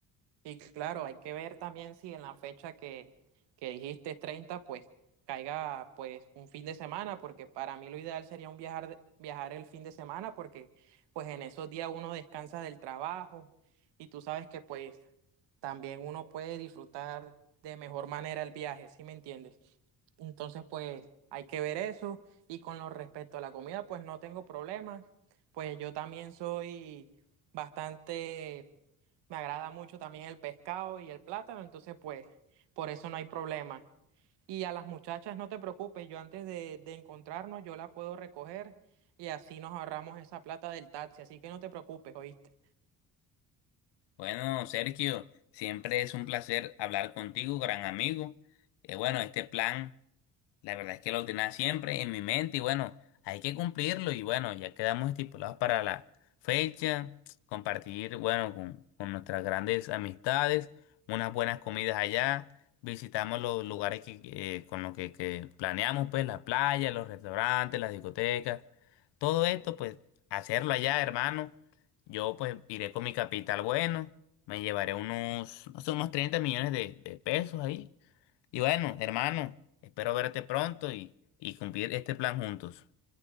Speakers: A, on the right; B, on the left.
A: Y claro, hay que ver también si en la fecha que, que dijiste es 30, pues caiga pues un fin de semana, porque para mí lo ideal sería un viajar, viajar el fin de semana, porque pues en esos días uno descansa del trabajo y tú sabes que pues también uno puede disfrutar de mejor manera el viaje, ¿sí me entiendes? Entonces, pues hay que ver eso. Y con lo respecto a la comida, pues no tengo problemas. Pues yo también soy bastante, me agrada mucho también el pescado y el plátano, entonces pues por eso no hay problema. Y a las muchachas, no te preocupes, yo antes de, de encontrarnos, yo la puedo recoger y así nos ahorramos esa plata del taxi. Así que no te preocupes, ¿oíste?
B: Bueno, Sergio, siempre es un placer hablar contigo, gran amigo. Eh, bueno, este plan. La verdad es que lo tenía siempre en mi mente y bueno, hay que cumplirlo y bueno, ya quedamos estipulados para la fecha, compartir, bueno, con, con nuestras grandes amistades, unas buenas comidas allá, visitamos los lugares que, que- eh, con los que, que planeamos, pues la playa, los restaurantes, las discotecas, todo esto, pues hacerlo allá, hermano. Yo pues iré con mi capital bueno, me llevaré unos, no sé, unos 30 millones de, de pesos ahí y bueno, hermano, espero verte pronto y, y cumplir este plan juntos.